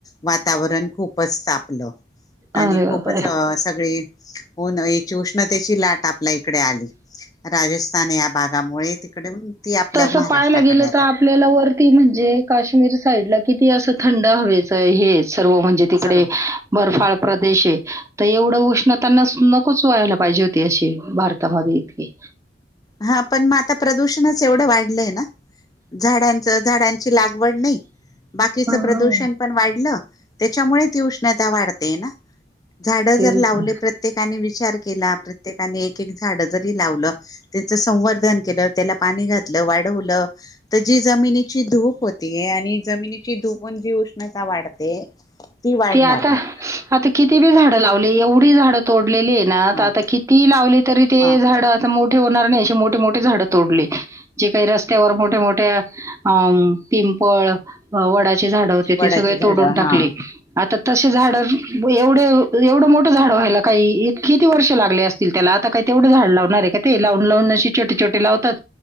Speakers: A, on the left (about 20°); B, on the right (about 15°).
A: वातावरण खूपच तापलं आणि
B: अरे बापरे
A: खूपच सगळे होऊन एक उष्णतेची लाट आपल्या इकडे आली, राजस्थान या भागामुळे तिकडे ती आपल्या
B: तसं
A: महाराष्ट्राकडे
B: पाहायला गेलं तर आपल्याला वरती म्हणजे, काश्मीर साईड ला किती असं थंड हवेच हे सर्व म्हणजे तिकडे
A: सर्व
B: बर्फाळ प्रदेशेय. तर एवढं उष्णता नसू नकोच व्हायला पाहिजे होती. अशी भारतामध्ये इतकी
A: हा. पण मग आता प्रदूषणच एवढं वाढलंय ना. झाडच झाडांची लागवड नाही. बाकीच
B: हा, हा.
A: प्रदूषण पण वाढलं. त्याच्यामुळे ती उष्णता वाढते ना. झाड
B: तेच
A: जर ला
B: ना.
A: प्रत्येकाने विचार केला. प्रत्येकाने एक एक झाड जरी लावलं. त्याच संवर्धन केलं, त्याला पाणी घातलं, वाढवलं तर जी जमिनीची धूप होतीय आणि जमिनीची धुपण जी उष्णता वाढते ती वाढणार
B: ते आता,
A: नाही
B: आता किती बी झाडं लावले, एवढी झाडं तोडलेली आहे ना.
A: म
B: आता किती लावली तरी ते
A: म
B: झाड मोठे होणार नाही. अशी मोठीे मोठी झाडं तोडली. जे काही रस्त्यावर मोठ्या, मोठ्या अं पिंपळ, वडाची झाड होते
A: वडाचे
B: ते सगळे
A: झाड
B: तोडून टाकले.
A: हा
B: आता तसे झाड, एवढे एवढं मोठं झाड व्हायला काही किती वर्ष लागले अस त्याला आता काही तेवढं झाड लावणार आहे का ते, लावून लावून अे छोटे, छोटे लावतात